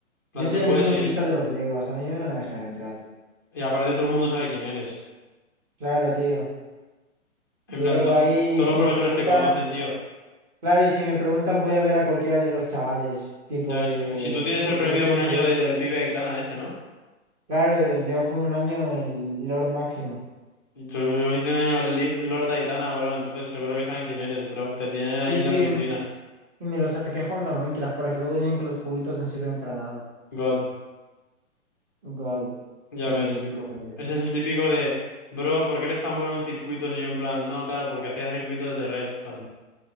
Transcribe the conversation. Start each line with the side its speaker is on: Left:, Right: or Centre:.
Left: plan,
Right: Yo soy
Left: tú
Right: el
Left: puedes
Right: niño autista
Left: ir.
Right: de los Legos, a mí me van a dejar entrar.
Left: Y aparte todo el mundo sabe quién eres.
Right: Claro, tío.
Left: En
Right: Llego
Left: plan, to-
Right: ahí
Left: todos
Right: y si
Left: los profesores
Right: me preguntan,
Left: te conocen, tío.
Right: claro, y si me preguntan voy a ver a cualquiera de los chavales, tipo
Left: Ya ves,
Right: de
Left: si tú tienes
Right: del
Left: el premio
Right: curso
Left: de
Right: inferior.
Left: un año de- del pibe Aitana ese, ¿no?
Right: Claro, yo fui un año el Lord Máximo.
Left: Y tú tuviste un año li- Lord Aitana, bro, entonces seguro que saben quién eres, bro. Te tienen
Right: Sí,
Left: ahí en
Right: tío,
Left: las vitrinas.
Right: y me, y me lo saqué jugando al Minecraft para que luego digan que los juguitos no sirven para nada.
Left: God,
Right: God,
Left: ya
Right: súper
Left: ves.
Right: épico por eso.
Left: Ese es el típico de, bro, ¿por qué eres tan bueno en circuitos? Y yo en plan, no, tal, porque hacía circuitos de Redstone.